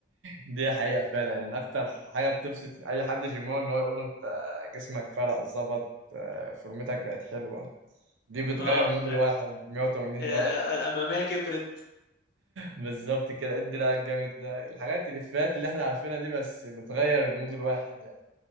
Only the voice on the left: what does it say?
اه
آه،
آه،
الاماميه كبرت